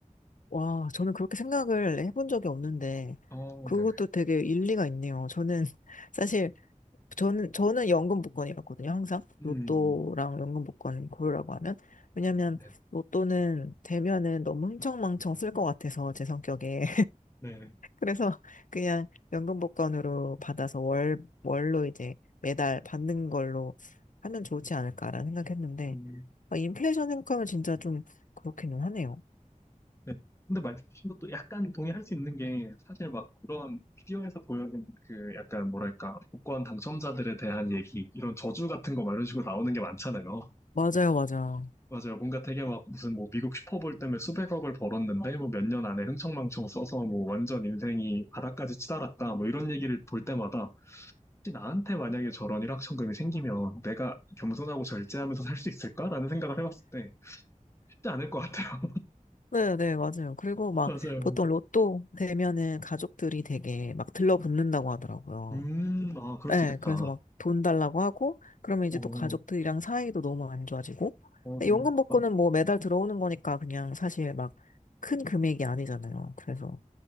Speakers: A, on the left (about 70°); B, on the left (about 20°).
A: 와, 저는 그렇게 생각을 해본 적이 없는데,
B: 어,
A: 그것도
B: 네네.
A: 되게 일리가 있네요. 저는, <laughs> 사실, 저는, 저는 연금 복권이었거든요, 항상.
B: 음,
A: 로또랑 연금 복권 고르라고 하면. 왜냐면,
B: 네,
A: 로또는 되면은 너무 흥청망청 쓸 것 같아서, 제 성격에.
B: 네네.
A: 그래서 그냥 연금 복권으로 받아서 월, 월로 이제 매달 받는 걸로 하면 좋지 않을까라는 생각했는데,
B: 음,
A: 아, 인플레이션 생각하면 진짜 좀 그렇기는 하네요.
B: 네. 근데 말씀하신 것도 약간 동의할 수 있는 게 사실 막 그런 비디오에서 보여진 그 약간 뭐랄까 복권 당첨자들에 대한 얘기 이런 저주 같은 거 막 이런 식으로 나오는 게 많잖아요.
A: 맞아요, 맞아요.
B: 맞아요. 뭔가 되게 막 무슨 뭐 미국 슈퍼볼 때문에 수백억을 벌었는데 뭐 몇 년 안에 흥청망청 써서 뭐 완전 인생이 바닥까지 치달았다 뭐 이런 얘기를 볼 때마다 혹시 나한테 만약에 저런 일확천금이 생기면 내가 겸손하고 절제하면서 살 수 있을까라는 생각을 해봤을 때 쉽지 않을 것 같아요.
A: 네, 네, 맞아요. 그리고
B: <laughs>
A: 막
B: 맞아요.
A: 보통 로또 되면은 가족들이 되게 막 들러붙는다고 하더라고요.
B: 음, 아, 그럴
A: 네,
B: 수 있겠다.
A: 그래서 막 돈 달라고 하고, 그러면
B: 어,
A: 이제 또 가족들이랑 사이도 너무 안 좋아지고,
B: 어,
A: 근데
B: 너무,
A: 연금 복권은
B: 좋다.
A: 뭐 매달 들어오는 거니까 그냥 사실 막 큰 금액이 아니잖아요. 그래서